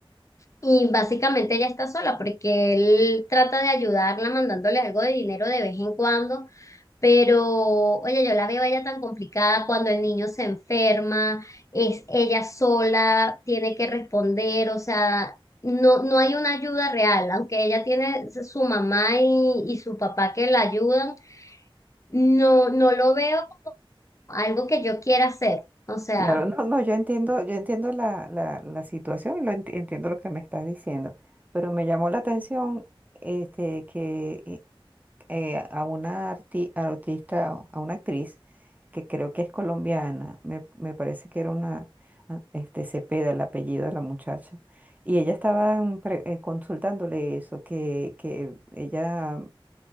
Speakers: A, on the left; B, on the right.
A: y básicamente ella está sola porque él trata de ayudarla mandándole algo de dinero de vez en cuando, pero, oye, yo la veo a ella tan complicada cuando el niño se enferma, es ella sola, tiene que responder, o sea, no, no hay una ayuda real, aunque ella tiene su mamá y, y su papá que la ayudan, no, no lo veo como algo que yo quiera hacer. O sea,
B: claro, no, no, yo entiendo, yo entiendo la, la, la situación, lo enti- entiendo lo que me estás diciendo, pero me llamó la atención este, que i- eh, a una arti- artista, a una actriz que creo que es colombiana, me, me parece que era una, ah, este, Cepeda, el apellido de la muchacha, y ella estaba consultándole eso, que, que ella,